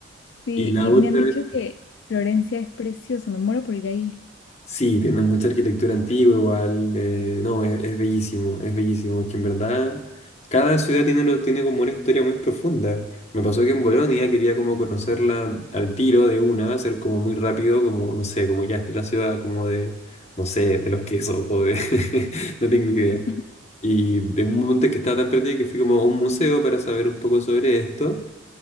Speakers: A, on the left (about 65°); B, on the left (about 35°).
A: Sí,
B: Y la
A: y
B: otra
A: me han dicho
B: vez...
A: que Florencia es precioso, me muero por ir ahí.
B: Sí, tienen mucha arquitectura antigua igual. eh, no, es, es bellísimo, es bellísimo. Es que en verdad cada ciudad tiene, lo, tiene como una historia muy profunda. Me pasó que en Bolonia quería como conocerla al tiro de una, hacer como muy rápido, como, no sé, como ya esta es la ciudad como de, no sé, de los quesos o de... <laughs> no tengo idea.
A: Ujú,
B: Y de un momento que estaba tan perdida que fui como a un museo para saber un poco sobre esto.